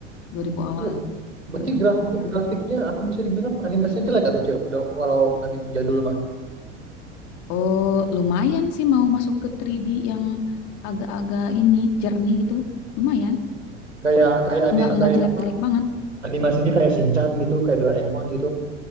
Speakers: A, on the left; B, on the right.
A: 2000
B: Itu
A: awal
B: berarti
A: 2000
B: grafik
A: awalan
B: grafiknya apa bisa dibilang animasinya jelek atau Cek? Udah- Kalau anime jadul mah.
A: oh lumayan sih mau masuk ke 3D yang agak-agak ini jernih gitu lumayan
B: Kayak kayak anime
A: nggak nggak
B: kayak
A: jelek-jelek
B: apa?
A: banget
B: Animasinya kayak Shinchan gitu, kayak Doraemon gitu.